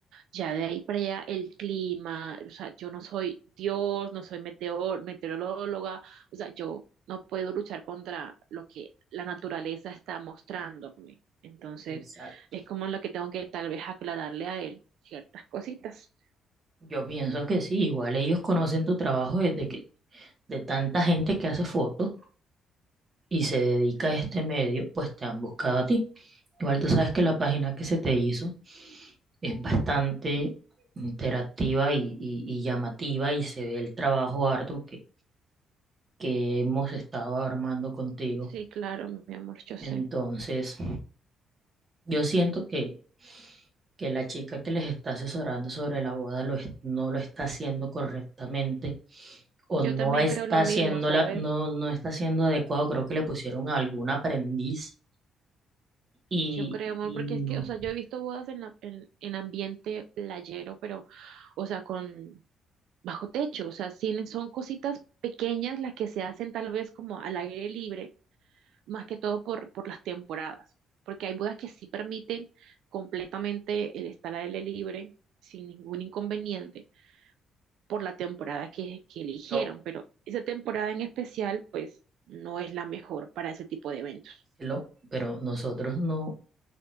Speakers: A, on the right (about 80°); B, on the right (about 35°).
A: Ya de ahí para allá el clima, o sea, yo no soy Dios, no soy meteor, meteoróloga. O sea, yo no puedo luchar contra lo que la naturaleza está mostrándome. Entonces,
B: Exacto.
A: es como lo que tengo que tal vez aclararle a él ciertas cositas.
B: Yo pienso que sí, igual ellos conocen tu trabajo desde que de tanta gente que hace fotos y se dedica a este medio, pues te han buscado a ti. Igual tú sabes que la página que se te hizo es bastante interactiva y, y- y llamativa y se ve el trabajo arduo que, que hemos estado armando contigo.
A: Sí, claro, mi amor, yo sé.
B: Entonces, yo siento que, que la chica que les está asesorando sobre la boda lo es- no lo está haciendo correctamente o
A: Yo
B: no
A: también
B: está
A: creo lo mismo,
B: haciendo
A: ¿sabes?
B: la- no, no está haciendo adecuado. Creo que le pusieron a algún aprendiz Y,
A: Yo creo, amor,
B: y
A: porque
B: no,
A: es que, o sea, yo he visto bodas en, la- en, en ambiente playero, pero, o sea, con bajo techo, o sea, sí, son cositas pequeñas las que se hacen tal vez como al aire libre, más que todo por, por las temporadas, porque hay bodas que sí permiten completamente el estar al aire libre sin ningún inconveniente por la temporada que, que eligieron,
B: pero,
A: pero esa temporada en especial, pues, no es la mejor para ese tipo de eventos,
B: lo- pero nosotros no,